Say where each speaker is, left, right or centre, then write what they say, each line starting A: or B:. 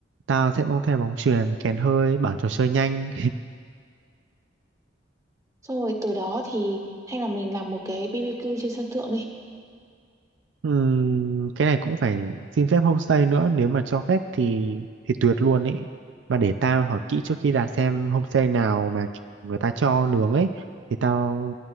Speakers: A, on the right; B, on the right.
A: tao sẽ mang theo bóng chuyền kèn hơi bảng trò chơi nhanh
B: Xong rồi tối đó thì hay là mình làm một cái BBQ trên sân thượng đi.
A: Ừm, cái này cũng phải xin phép homestay nữa nếu mà cho phép thì thì tuyệt luôn ấy mà để tao hỏi kỹ trước khi đặt xem homestay nào mà người ta cho nướng ấy thì tao